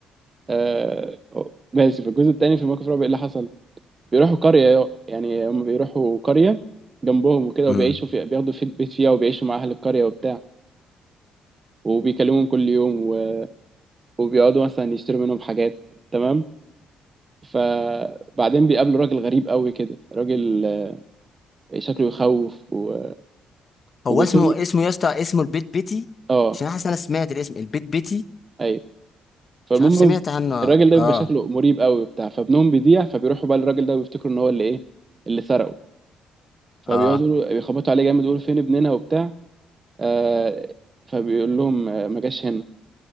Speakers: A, on the right; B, on the left.
A: آه، ماشي في الجزء الثاني في مواقف الرعب ايه اللي حصل بيروحوا قرية يعني هم بيروحوا قرية جنبهم وكده
B: امم
A: وبيعيشوا في بياخدوا في بيت فيها وبيعيشوا مع أهل القرية وبتاع وبيكلمهم كل يوم و- وبيقعدوا مثلا يشتروا منهم حاجات تمام فبعدين بيقابلوا راجل غريب قوي كده راجل آه، شكله يخوف و- وبيتهم
B: هو اسمه اسمه يا اسطى اسمه البيت بيتي
A: اه
B: عشان حاسس إن انا سمعت الاسم البيت بيتي
A: ايوه فالمهم
B: مش عارف سمعت عنه
A: الراجل ده
B: اه
A: بيبقى شكله مريب قوي وبتاع فابنهم بيضيع فبيروحوا بقى للراجل ده ويفتكروا ان هو اللي ايه اللي سرقه فبيقعدوا
B: اه
A: يقولوا- بيخبطوا عليه جامد يقولوا فين ابننا وبتاع آه فبيقول لهم آه، ما جاش هنا